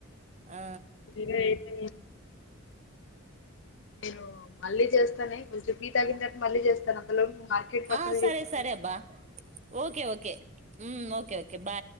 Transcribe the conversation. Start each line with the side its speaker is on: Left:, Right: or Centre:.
Right: ఆ
Left: సరే అయితే ఏమో మళ్ళీ చేస్తా కొంచెం మళ్ళీ చేస్తాను అంతలో మార్కెట్ మ
Right: ఆ సరే సరే అబ్బా ఓకే ఓకే ఓకే ఓకే బా